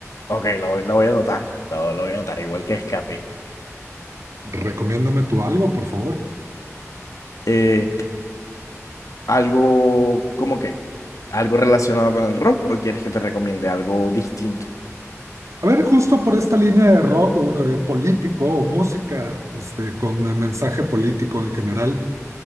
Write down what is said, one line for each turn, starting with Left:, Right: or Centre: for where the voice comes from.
Left: Ok, la voy, la voy a anotar. La, la voy a anotar, igual que escape.
Right: Recomiéndame tú algo, por favor.
Left: Eh, algo, ¿cómo qué? ¿Algo relacionado con el rock o quieres que te recomiende algo distinto?
Right: A ver, justo por esta línea de rock o, eh, político o música este, con eh, mensaje político en general,